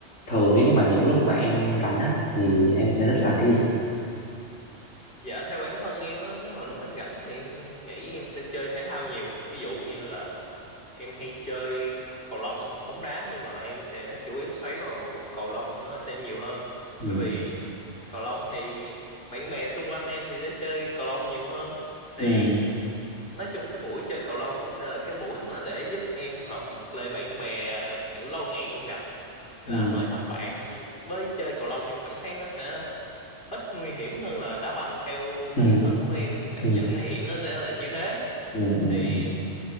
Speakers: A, on the left (about 80°); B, on the left (about 50°).
A: thường nếu như mà những lúc mà em rảnh á thì em sẽ thích làm cái gì
B: Dạ theo bản thân em á, nếu mà lúc em rảnh thì em nghĩ em sẽ chơi thể thao nhiều. Ví dụ như là em hay chơi cầu lông hoặc bóng đá nhưng mà em sẽ chủ yếu xoáy vào cầu lông nó sẽ nhiều hơn.
A: ừ
B: Bởi vì cầu lông thì bạn bè xung quanh em thì sẽ chơi cầu lông nhiều hơn á. Thì
A: ừ
B: nói chung cái buổi chơi cầu lông cũng sẽ là cái buổi mà để giúp em hợp mặt lại bạn bè kiểu lâu ngày không gặp. Hay
A: ừ
B: là hỏi thăm bạn với chơi cầu lông em cảm thấy nó sẽ ít nguy hiểm hơn là đá banh theo
A: ừ
B: bản thân của em cảm
A: ừ
B: nhận thì nó sẽ là như thế
A: ừ ừ
B: thì
A: ừ.